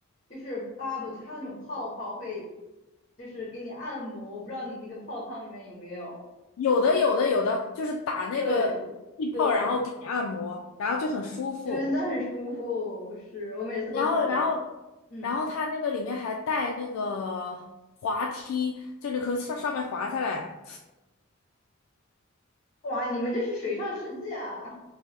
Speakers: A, on the left; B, on the left.
A: 就是 bubble，就是它有那种泡泡会就是给你按摩，我不知道你那个泡汤里面有没有。
B: 有的，有的，有的，就是打那个气泡，
A: 对对，
B: 然后给你按摩，然后就很舒服。
A: 真的很舒服，是我每次都涂。
B: 然后，然后，
A: 嗯，
B: 然后它那个里面还带那个滑梯，就你可以上上面滑下来。
A: 哇，你们这是水上世界啊！